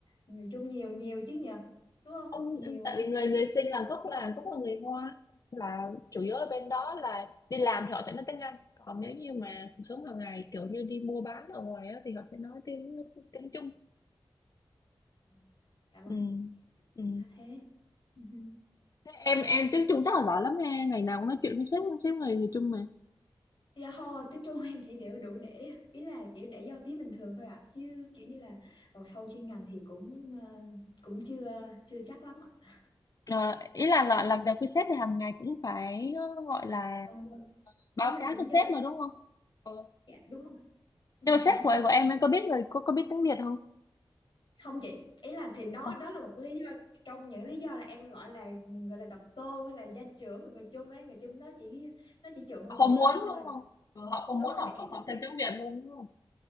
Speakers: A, on the left; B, on the left.
A: người Trung nhiều nhiều chứ nhờ
B: <laughs>
A: đúng không
B: không
A: nhiều mà
B: tại
A: đúng
B: vì người người sinh là gốc là gốc là người Hoa là chủ yếu ở bên đó là đi làm thì họ sẽ nói tiếng Anh còn nếu như mà cuộc sống hàng ngày kiểu như đi mua bán ở ngoài á, thì họ sẽ nói tiếng tiếng Trung
A: Ừ, dạ vâng
B: Ừ. Ừ.
A: à, thế Ừ.
B: Thế em em tiếng Trung chắc là giỏi lắm ha ngày nào cũng nói chuyện với sếp sếp người người Trung mà
A: dạ thôi tiếng Trung em chỉ đều đủ để ý là kiểu để giao tiếp bình thường thôi ạ à. chứ kiểu như là vào sâu chuyên ngành thì cũng ờ, cũng chưa chưa chắc lắm ạ
B: Ờ, ý là, là làm việc với sếp thì hàng ngày cũng phải ờ, gọi là
A: vâng vâng.
B: báo
A: ý là
B: cáo
A: cũng
B: cho
A: giao
B: sếp mà
A: tiếp
B: đúng không? Ừ.
A: dạ đúng rồi Ừ,
B: Nhưng mà
A: dạ
B: sếp
A: đúng
B: của,
A: rồi
B: của em em có biết người cô không?
A: không chị ý là thì đó
B: Không,
A: đó là một lý do trong những lý do là em gọi là gọi là độc tôn hay là gia trưởng về người chung ấy người chung nó chỉ nó chỉ trượng ngôn
B: họ không
A: ngữ của
B: muốn
A: nó thôi
B: đúng không Ừ, họ không
A: đúng
B: muốn
A: rồi
B: họ
A: ý
B: họ,
A: là
B: họ
A: nó
B: thêm tiếng Việt luôn đúng không